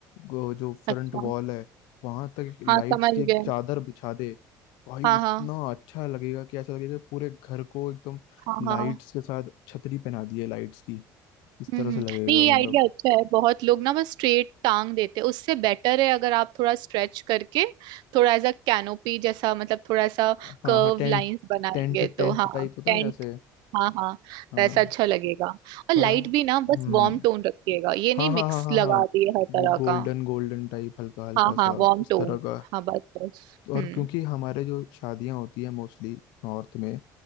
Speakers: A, on the left (about 85°); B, on the right (about 75°).
A: गो- जो फ्रंट
B: अच्छा
A: वॉल है वहां तक लाइट्स
B: हाँ समझ
A: की एक
B: गए
A: चादर बिछा दे भाई वो
B: हाँ
A: इतना
B: हाँ
A: अच्छा लगेगा कि ऐसा लगेगा कि पूरे घर को एकदम
B: हाँ
A: लाइट्स
B: हाँ
A: के साथ छतरी पहना दी है लाइट्स की इस
B: हम्म
A: तरह से
B: हम्म।
A: लगेगा
B: नहीं ये आइडिया
A: मतलब
B: अच्छा है बहुत लोग ना बस स्ट्रेट टांग देते हैं उससे बेटर है अगर आप थोड़ा स्ट्रेच करके थोड़ा ऐसा कैनोपी जैसा मतलब थोड़ा सा
A: हाँ
B: कर्व
A: हाँ टेंट
B: लाइंस बनाएंगे
A: टेंट टेंट
B: तो हाँ
A: टाइप होता
B: टेंट
A: है ना ऐसे
B: हाँ हाँ
A: हाँ
B: वैसा अच्छा लगेगा और लाइट
A: और हम्म
B: भी ना बस वार्म टोन रखिएगा ये नहीं
A: हाँ हाँ
B: मिक्स
A: हाँ हाँ
B: लगा
A: हाँ
B: दिए हर तरह
A: वो गोल्डन
B: का
A: गोल्डन टाइप हल्का हल्का
B: हाँ
A: सा
B: हाँ वार्म
A: उस
B: टोन
A: तरह का
B: हाँ बस बस
A: तो और
B: हम्म
A: क्योंकि हमारे जो शादियां होती है मोस्टली नॉर्थ में